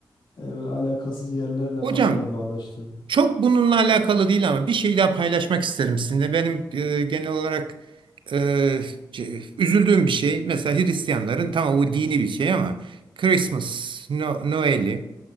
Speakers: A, on the left; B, on the right.
A: e, böyle alakasız yerlerle
B: Hocam
A: falan da bağdaştırılıyor.
B: Çok bununla alakalı değil ama bir şey daha paylaşmak isterim sizinle. Benim e, genel olarak e, ce- üzüldüğüm bir şey. Mesela Hristiyanların tamam bu dini bir şey ama Christmas, no, Noel'i,